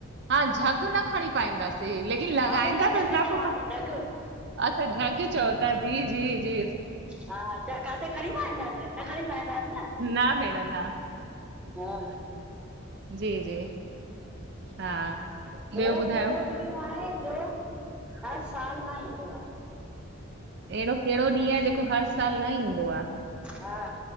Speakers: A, on the right; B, in the centre.
A: हा झॻ न खणी पाईंदासीं लेकिन लॻाईंदा
B: साबुण जो
A: त
B: जग
A: सब।
B: चवां थी जग
A: अच्छा झॻ चओ था जी जी जी।
B: हा त काथे खणी पाईंदासीं? न खणी पाईंदासीं न।
A: न भेण न
B: हा
A: न न जी जी हा ॿियो
B: अहिड़ो
A: ॿुधायो
B: कहिड़ो ॾींहुं आहे जो हर साल न ईंदो आहे?
A: अहिड़ो कहिड़ो ॾींहुं आहे जेको हर साल न ईंदो आ?
B: हा